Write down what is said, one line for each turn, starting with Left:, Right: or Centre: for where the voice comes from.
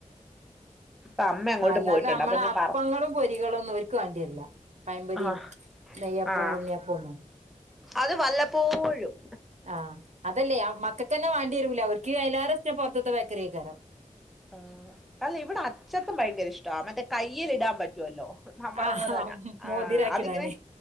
Centre: ഇപ്പൊ അമ്മ അങ്ങോട്ട്
Right: അല്ലാതെ
Centre: പോയിട്ടുണ്ട്
Right: നമ്മളെ
Centre: അപ്പൊ ഞാൻ
Right: അപ്പങ്ങളും
Centre: പറ
Right: പൊരികളും ഒന്നും ഓക്ക്. വേണ്ടിരില്ല പയമ്പരിയും,
Centre: ആഹ്
Right: നെയ്യപ്പ
Centre: ആഹ്
Right: ഉണ്ണിയപ്പന്നും.
Centre: അത് വല്ലപ്പോഴും.
Right: ആഹ. അതല്ലേ മക്കൾക്ക്ന്നെ വാണ്ടി, വരൂല അവർക്കയലേറെ ഷ്ടംപൊറത്തത്തെ ബേക്കറിക്കാരം.
Centre: ആ. അല്ല ഇവിടെ അച്ചപ്പം ഭയങ്കര ഇഷ്ടമാ മറ്റേ കയ്ൽ ഇടാൻ പറ്റുവല്ലോ. നമ്മുടെ
Right: ആഹ്
Centre: പോലെ തന്നെ. ആ
Right: മോതിരാക്കിടാന്
Centre: അതിങ്ങനെ